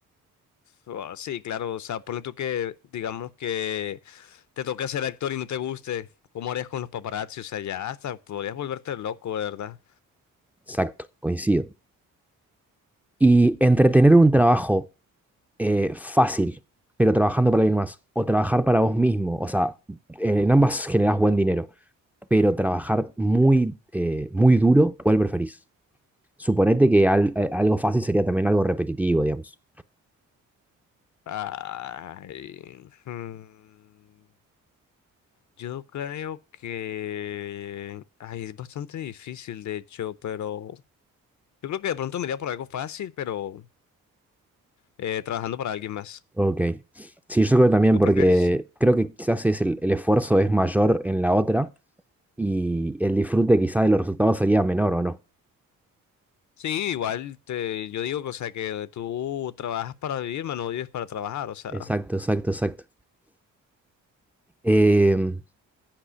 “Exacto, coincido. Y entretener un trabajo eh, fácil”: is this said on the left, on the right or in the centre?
Centre